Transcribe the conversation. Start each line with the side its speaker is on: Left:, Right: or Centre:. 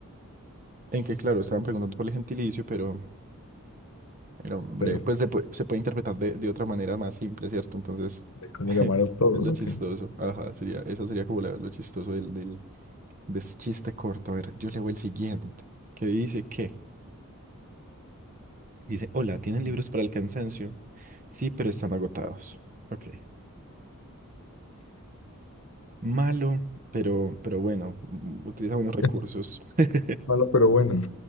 Right: en que, claro, estaban preguntando por el gentilicio, pero el hombre,
Left: pero
Right: pues se puede, se puede interpretar de, de otra manera más simple, ¿cierto? Entonces,
Left: ¿de cómo
Right: <laughs>
Left: llamar
Right: es
Left: a todos?
Right: lo
Left: Ok.
Right: chistoso. Ajá, sería, eso sería como la- lo chistoso del, del, de ese chiste corto. A ver, yo leo el siguiente, que dice que, dice, hola, ¿tienen
Left: Mm.
Right: libros para el cansancio? Sí, pero están agotados. Ok. Malo, pero, pero bueno, mm, utiliza buenos recursos.
Left: <laughs>
Right: <laughs>
Left: Malo, pero bueno.